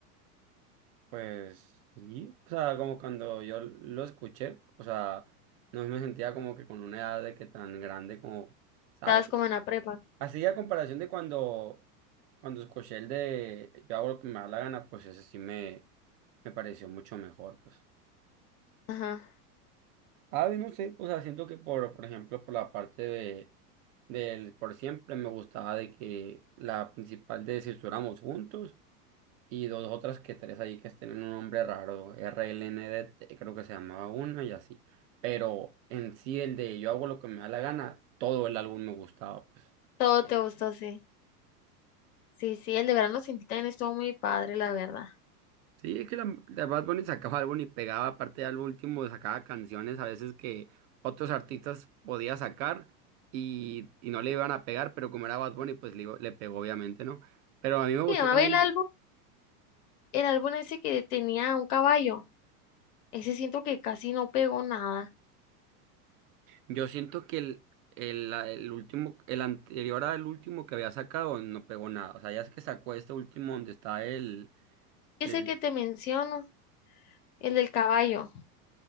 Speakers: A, on the right (about 55°); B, on the left (about 65°).
A: pues sí, o sea, como cuando yo lo escuché, o sea, no me sentía como que con una edad de que tan grande como, ¿sabes?
B: estabas como en la prepa.
A: Así a comparación de cuando, cuando escuché el de Yo hago lo que me da la gana, pues ese sí me, me pareció mucho mejor, pues.
B: Ajá,
A: A ver, no sé, o sea, siento que por, por ejemplo, por la parte de, del por siempre me gustaba de que la principal de si estuviéramos juntos y dos otras que tres ahí que tienen un nombre raro, RLNDT creo que se llamaba una y así. Pero en sí el de yo hago lo que me da la gana, todo el álbum me gustaba, pues.
B: todo te gustó, sí. Sí, sí, el de Verano sin ti también estuvo muy padre, la verdad.
A: Sí, es que la, la Bad Bunny sacaba álbum y pegaba, aparte al último sacaba canciones a veces que otros artistas podía sacar y, y no le iban a pegar, pero como era Bad Bunny, pues le, iba- le pegó obviamente, ¿no? Pero a mí me gustó
B: Se llamaba
A: también,
B: el álbum, el álbum ese que tenía un caballo. Ese siento que casi no pegó nada.
A: yo siento que el, el, la- el último, el anterior al último que había sacado no pegó nada, o sea, ya es que sacó este último donde está el,
B: Ese
A: el,
B: que te menciono, el del caballo.